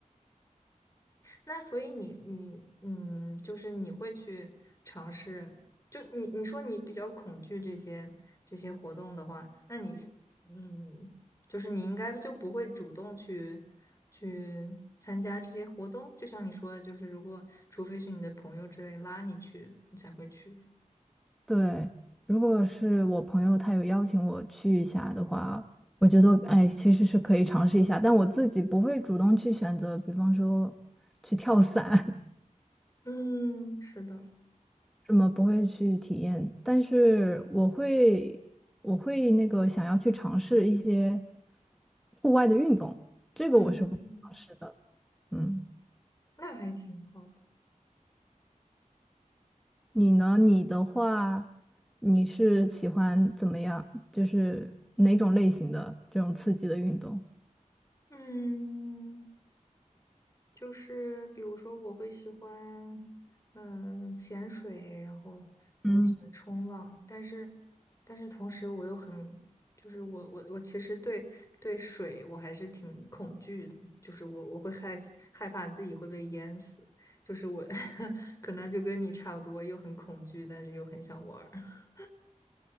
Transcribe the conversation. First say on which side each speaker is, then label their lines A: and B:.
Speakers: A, on the left; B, in the centre.
A: 那所以你你嗯，就是你会去尝试，就你你说你比较恐惧这些这些活动的话，那你是嗯，就是你应该就不会主动去去参加这些活动，就像你说的，就是如果除非是你的朋友之类拉你去，你才会去。
B: 对，如果是我朋友他有邀请我去一下的话，我觉得哎，其实是可以尝试一下，但我自己不会主动去选择，比方说去跳伞。
A: 嗯，是的，
B: 什么不会去体验，但是我会我会那个想要去尝试一些户外的运动，这个我是会尝试的。
A: 嗯嗯嗯，
B: 嗯，
A: 那还挺好的。
B: 你呢？你的话，你是喜欢怎么样？就是哪种类型的这种刺激的运动？
A: 嗯。就是比如说，我会喜欢嗯潜水，然后我会喜欢冲浪，
B: 嗯。
A: 但是但是同时我又很就是我我我其实对对水我还是挺恐惧的，就是我我会害害怕自己会被淹死，就是我 <laughs> 可能就跟你差不多，又很恐惧，但是又很想玩儿。<laughs>